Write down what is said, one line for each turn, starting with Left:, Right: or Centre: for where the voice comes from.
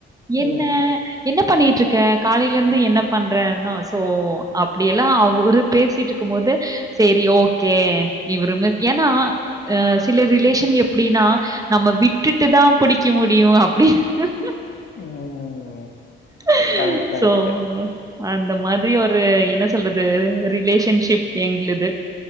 Right: என்ன
Left: ம்,
Right: என்ன பண்ணிட்டுருக்கு <unintelligible> காலையில இருந்து என்ன பண்றன்னா சோ அப்படியெல்லாம் அவரு பேசிட்டு இருக்கும்போது சரி ஓகே இவருமே ஏன்னா ஹ சில ரிலேஷன் எப்டின்னா நம்ம விட்டுட்டு தா புடிக்க முடியும் அப்புடி ஹுஹூ
Left: ம்.
Right: ஹுஹூ
Left: கரெக்ட், கரெக்ட்.
Right: சோ அந்த மாதிரி ஒரு என்ன சொல்றது ரிலேஷன்ஷிப் எங்களது